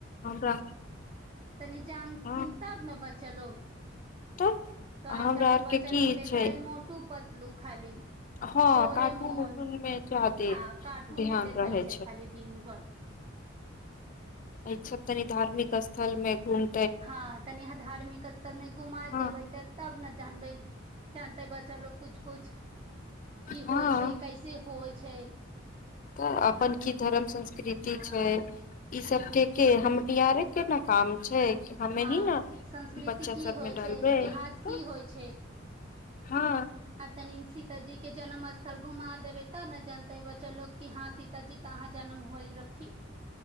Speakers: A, on the left (about 40°); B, on the right (about 30°).
A: हमरा
B: तनी जानथिन
A: हँ
B: तब ने बच चलू
A: तऽ
B: तऽ आजकल
A: हमरा
B: के
A: आरके
B: बच्चा
A: की
B: लोग देखै
A: छै
B: ह मोटू पतलू खाली
A: हँ
B: डोरेमोन
A: कार्टून उर्टून मे जादे
B: हँ कार्टूने
A: ध्यान
B: देखै
A: रहै
B: छै खाली दिन भर
A: अय तनी धार्मिक स्थल मे गुण
B: हँ तनि अहाँ धार्मिक स्थल मे घुमा
A: हँ
B: देबै तऽ तब ने जानबै जानतेै बच्चा लोको कुछ कुछ की
A: हँ
B: होइ छै कैसे होइ छै
A: तऽ अपन की धर्म संस्कृति
B: हँ
A: छै ई सबके के हम आरे केना काम छै कि हमे
B: हँ
A: ही ने
B: संस्कृति
A: बच्चा
B: की
A: सबमे
B: होइ छै
A: डालबै
B: इतिहास की
A: तऽ
B: होइ छै
A: हँ
B: आ तनि सीतााजी के जन्म स्थ सब घुमा देबे तब ने जानते ब्चलोग की हाँ सीता जी कहाँ जनम होल रखी